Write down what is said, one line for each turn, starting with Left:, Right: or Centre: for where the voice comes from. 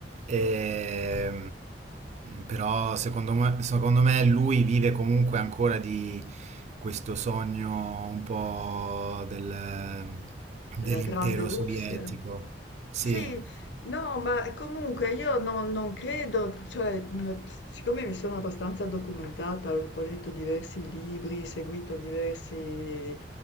Right: E, però secondo me, secondo me lui vive comunque ancora di questo sogno un po' del- dell'impero
Left: Della grande Russia?
Right: sovietico. Sì.
Left: Sì, no, ma comunque io non, non credo, cioè, mh, siccome mi sono abbastanza documentata, ho, ho letto diversi libri, seguito diversi-